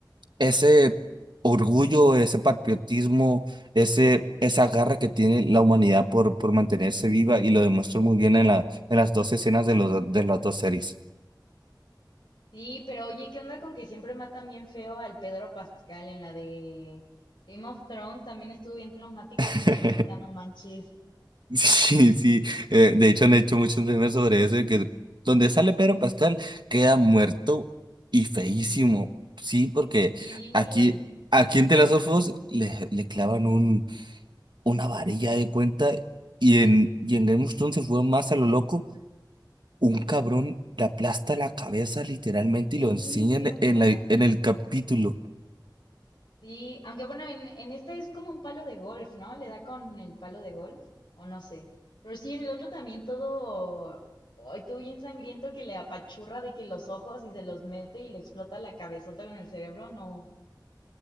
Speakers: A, on the right (about 75°); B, on the left (about 85°).
A: ese orgullo, ese patriotismo, ese, esa garra que tiene la humanidad por, por mantenerse viva y lo demuestra muy bien en la, en las dos escenas de los, de las dos series.
B: Sí, pero oye, ¿qué onda con que siempre matan bien feo al Pedro Pascal en la de Game of Thrones? También estuvo bien traumático
A: <laughs>
B: cómo lo matan, no manches.
A: Sí, sí, eh, de hecho han hecho muchos memes sobre eso, de que donde sale Pedro Pascal queda muerto y feísimo, sí, porque
B: Sí,
A: aquí, aquí en The Last of Us le, le clavan un, una varilla de cuenta y en, y en Game of Thrones se fue más a lo loco. Un cabrón le aplasta la cabeza literalmente
B: sí,
A: y lo enseñan
B: ¿qué onda?
A: en, la- en el capítulo.
B: Sí, aunque bueno, en, en este es como un palo de golf, ¿no? Le da con el palo de golf, o no sé. Pero sí, en el otro también todo, ay, todo bien sangriento que le apachurra de que los ojos y se los mete y le explota la cabezota con el cerebro, no,